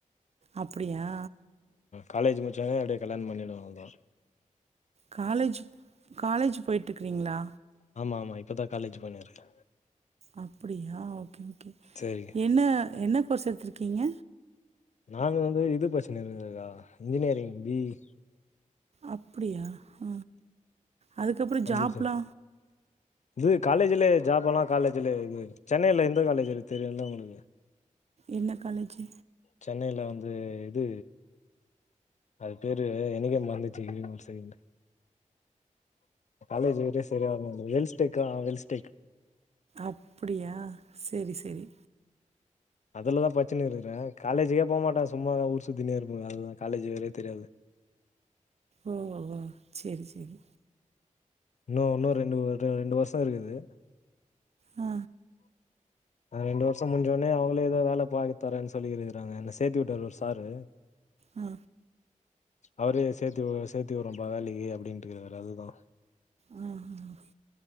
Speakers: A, on the right; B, on the left.
A: அப்டியா
B: காலேஜ் முடிச்சேங்கே அப்டியே கல்யாண பண்ணிடுவே அவ்ளோ தா
A: காலேஜ் காலேஜ் போயிட்டுருக்கீறீங்களா
B: ஆமா ஆமா இப்பதான் காலேஜ் பண்ணிருக்கே
A: அப்டியா ஓகே ஓகே
B: சரிங்க
A: என்ன என்ன கோர்ஸ் எடுத்துருக்கீங்க
B: நாங்க வந்து இது படிச்சினுருக்கே கா இன்ஜினியரிங் பி இ
A: அப்டியா ஹ அதுக்கப்பறோ
B: கம்ப்யூட்டர்
A: ஜாப்லா
B: சயின்ஸ் இது காலேஜ்லயே ஜாப எல்லா காலேஜ்லயே இது சென்னைல எந்த காலேஜ் இருக்கு தெரியுல உங்களுக்கு
A: என்ன காலேஜு
B: சென்னைல வந்து இது அது பேரு எனக்கே மறந்துடுச்சு இருங்க ஒரு செகண்ட் காலேஜ் பேறே சரியா வரமாட் வெல்ச்டேக்க வெல்ஸ்டேக்
A: அப்டியா சேரி சேரி
B: அதுலதா படிச்சின்னு இருக்கறே காலேஜுகே போமாட்டே சும்மாதா ஊர் சுத்தினே இருப்பேங்க அதுதான் காலேஜ் வேறே தெரியாது
A: ஓ ஓ சேரி சேரி
B: இன்னு இன்னு ரெண்டுவு ரெண்டு வருஷோ இருக்குது
A: அ
B: ரெண்டு வருஷோ முடிஞ்சோனே அவுங்களே ஏதோ வேலை பாத்து தரேன்னு சொல்லி இருக்கிறாங்க என்ன சேத்து விட்டாரு ஒரு சாரு
A: அ
B: அவரே சேத்தி சேத்தி வுரே பா வேலைக்கு அப்டின்னுட்டு இருக்கிறாரு அதுதா
A: ஆ ஆ